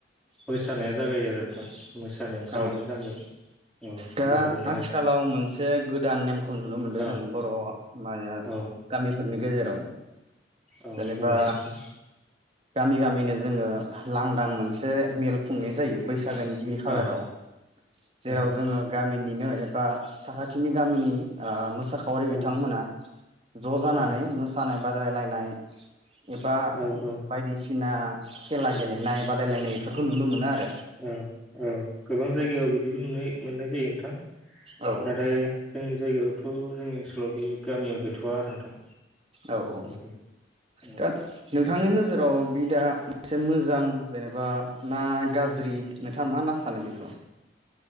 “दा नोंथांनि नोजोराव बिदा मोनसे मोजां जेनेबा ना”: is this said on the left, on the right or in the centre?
Right